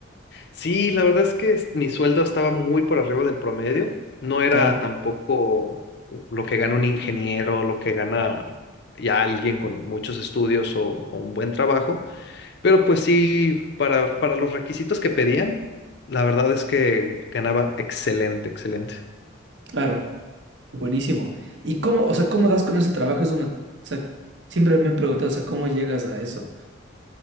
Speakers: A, on the left; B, on the right.
A: Sí, la verdad es que es- mi sueldo estaba muy por arriba del promedio. No era
B: Ya,
A: tampoco lo que gana un ingeniero, lo que gana ya alguien con muchos estudios o, o un buen trabajo, pero pues sí, para, para los requisitos que pedían, la verdad es que ganaba excelente, excelente.
B: claro. Buenísimo. ¿Y cómo, o sea, cómo das con ese trabajo? Eso me, o sea, siempre me he preguntado, o sea, ¿cómo llegas a eso?